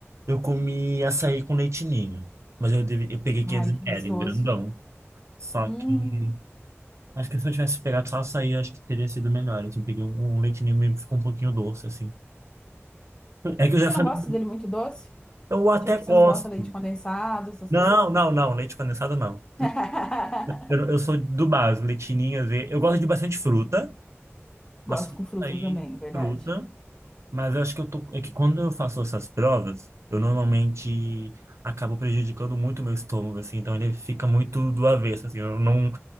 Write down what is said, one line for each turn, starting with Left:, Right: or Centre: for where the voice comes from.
Right: Eu comi açaí com leitinho, mas eu, deve, eu peguei 500ml,
Left: Ai, que gostoso.
Right: um grandão. Só
Left: Hum.
Right: que Acho que se eu tivesse pegado só açaí, acho que teria sido melhor. Assim, peguei um, um leite ninho e ficou um pouquinho doce, assim. É que eu
Left: Você
Right: já falei,
Left: não gosta dele muito doce?
Right: eu até
Left: Tipo, você
Right: gosto.
Left: não bota leite condensado, essas
Right: Não,
Left: coisas?
Right: não, não, leite condensado não.
Left: <laughs>
Right: Eu, eu sou do básico, leite ninho, às vezes- eu gosto de bastante fruta,
Left: Gosto
Right: mas
Left: com fruta
Right: açaí,
Left: também, é verdade.
Right: fruta.
Left: <laughs>
Right: Mas eu acho que eu tô, é que quando eu faço essas provas, eu normalmente acabo prejudicando muito o meu estômago, assim. Então ele fica muito do avesso, assim. Eu não